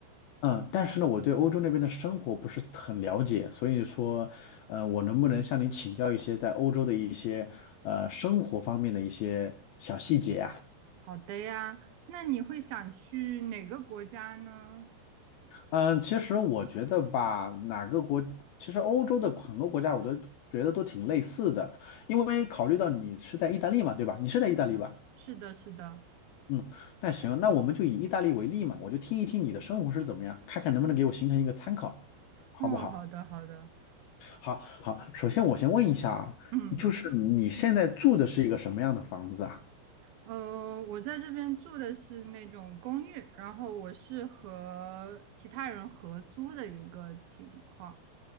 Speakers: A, on the left; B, on the right.
A: 嗯，但是呢，我对欧洲那边的生活不是很了解，所以说，呃，我能不能向你请教一些在欧洲的一些呃生活方面的一些小细节啊？
B: 好的呀，那你会想去哪个国家呢？
A: 嗯，其实我觉得吧，哪个国，其实欧洲的很多国家我都觉得都挺类似的，因为考虑到你是在意大利嘛，对吧？你是在意大利吧？
B: 嗯，是的，是的。
A: 嗯，那行，那我们就以意大利为例嘛，我就听一听你的生活是怎么样，看看能不能给我形成一个参考，好不好？
B: 哦，好的，好的。
A: 好好，首先我先问一下啊，
B: 嗯，
A: 就是你现在住的是一个什么样的房子啊？
B: 呃，我在这边住的是那种公寓，然后我是和其他人合租的一个情况。